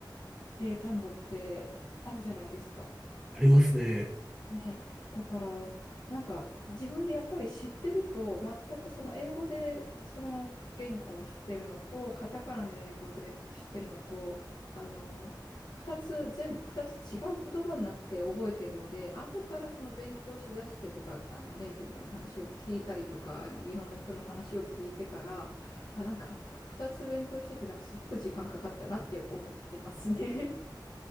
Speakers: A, on the left; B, in the centre.
A: えー単語ってあるじゃないですか。
B: ありますね。
A: ね、だからなんか自分でやっぱり知ってると全くその英語でその言語を知ってるのとカタカナで英語で知ってるのとあの2つ全部2つ違う言葉になって覚えてるので後からその勉強しだしてとかあのネイティブの話を聞いたりとかあのいろんな人の話を聞いてからあなんか2つ勉強しててなんかすごく時間かかったなって思ってますね。